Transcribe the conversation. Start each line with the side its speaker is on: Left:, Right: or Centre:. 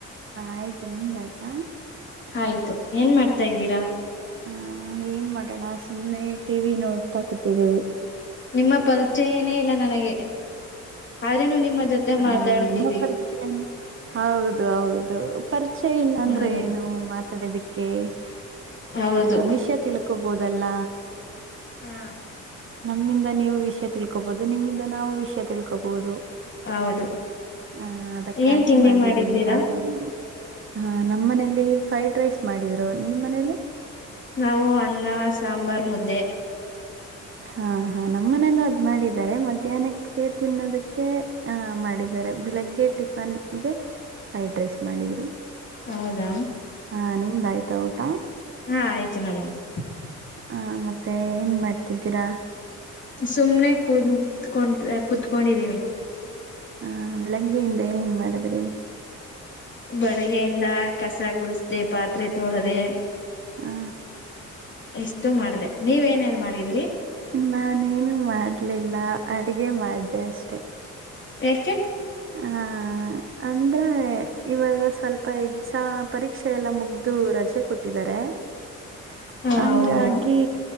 Right: ಆಯ್ತ ನಿಮ್ ಆಯ್ತಾ.
Left: ಆಯ್ತು ಏನ್ ಮಾಡ್ತಾ ಇದ್ದೀರಾ.
Right: ಹ ಏನ್ ಮಾಡೋಣ ಸುಮ್ನೆ ಟಿ ವಿ ನೋಡ್ತಾ ಕೂತಿದ್ದೀವಿ.
Left: ನಿಮ್ಮ ಪರಿಚಯನೇ ಇಲ್ಲ ನನಗೆ ಆದ್ರೇನು. ನಿಮ್ಮ ಜೊತೆ
Right: ಆ
Left: ಮಾತಾಡುತ್ತಿದ್ದೀವಿ.
Right: ನಿಮ್ಮ ಪರಿಚಯ ಹೌದು ಹೌದು ಪರಿಚಯ ಇಲ್ಲಾ ಅಂದ್ರೆ
Left: ಹ್ಮ
Right: ಏನು ಮಾತಾಡೋದಿಕ್ಕೆ. ಓಕೆ <unintelligible>
Left: ಹೌದು
Right: ಹಾ ವಿಷ ತಿಳ್ಕೋಬೋದಲ್ಲ
Left: ಹಾ
Right: ನಮ್ಮಿಂದ ನೀವು ವಿಷಯ ತಿಳ್ಕೋಬಹುದು. ನಿಮ್ಮಿಂದ ನಾವು ವಿಷಯ ತಿಳ್ಕೋಬಹುದು.
Left: ಹೌದು
Right: <inaudible> ಹಾ ಅದಕ್ಕಾಗಿ
Left: ಏನ್ ತಿಂಡಿ
Right: ಮಾಡಿದ್ದೀವಿ
Left: ಮಾಡಿದ್ದೀರಾ
Right: ನಾವುನು ಹಾ ನಮ್ಮ ಮನೇಲಿ ಫ್ರೈಡ್ ರೈಸ್ ಮಾಡಿದ್ರು ನಿಮ್ಮ ಮನೇಲಿ.
Left: ನಾವು ಅನ್ನ ಸಾಂಬಾರ್ ಮುದ್ದೆ.
Right: ಹಾ ಹಾ ನಮ್ಮನೆಲ್ಲ ಅದ್ ಮಾಡಿದ್ದಾರೆ ಮಧ್ಯಾಹ್ನಕ್ಕೆ ತಿನ್ನೋದಕ್ಕೆ. ಹಾ ಮಾಡಿದ್ದಾರೆ ಬೆಳಿಗ್ಗೆ ಟಿಫನ್ಗೆ ಫ್ರೈಡ್ ರೈಸ್ ಮಾಡಿದ್ರು.
Left: ಹೌದಾ
Right: ಹಾ ನಿಮ್ದ ಆಯ್ತಾ ಊಟ?
Left: ಹಾ ಆಯ್ತು ನಮ್ಮದು
Right: ಹಾ ಮತ್ತೆ ಏನ್ ಮಾಡ್ತಿದ್ದೀರಾ.
Left: ಸುಮ್ನೆ ಕುಂತ್ ಕುೂತ್ಕೊಂಡಿದೀನಿ
Right: ಹಾ ಬೆಳಂಗೆಯಿಂದ ಏನೇನ್ ಮಾಡಿದ್ರಿ.
Left: ಬೆಳಗ್ಯಿಂದ ಕಸ ಗುಡಸದೇ ಪಾತ್ರೆ ತೋಳದೆ.
Right: ಹ್ಮ
Left: ಇಷ್ಟು ಮಾಡದೆ ನೀವ ಏನೇನ್ ಮಾಡಿದ್ರಿ.
Right: ನಾನೇನು ಮಾಡಲಿಲ್ಲ ಅಡಗೆ ಮಾಡ್ದೆ ಅಷ್ಟೆ
Left: ಏಕೆ
Right: ಹ ಅಂದ್ರೆ ಇವಾಗ ಸ್ವಲ್ಪ ಎಕ್ಸಾಮ್ ಪರೀಕ್ಷೆ ಎಲ್ಲ ಮುಗ್ದು ರಜೆ ಕೊಟ್ಟಿದ್ದಾರೆ. <inaudible>
Left: ಹ
Right: ಹಂಗಾಗಿ
Left: ಹೌದಾ